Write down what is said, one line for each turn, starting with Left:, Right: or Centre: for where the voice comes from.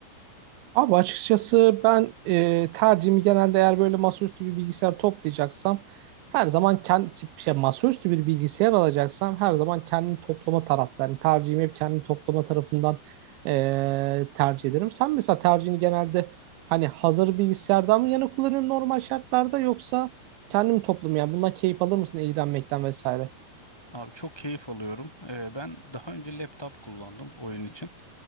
Right: Abi açıkçası ben e, tercihimi genelde eğer böyle masaüstü bir bilgisayar toplayacaksam her zaman kendi şey masaüstü bir bilgisayar alacaksam her zaman kendini toplama taraftarı. Yani tercihimi hep kendini toplama tarafından e, tercih ederim. Sen mesela tercihini genelde hani hazır bilgisayardan mı yana kullanıyorsun normal şartlarda yoksa kendini mi toplamaya bundan keyif alır mısın ilgilenmekten vesaire?
Left: Abi çok keyif alıyorum. Ee, ben daha önce laptop kullandım oyun için.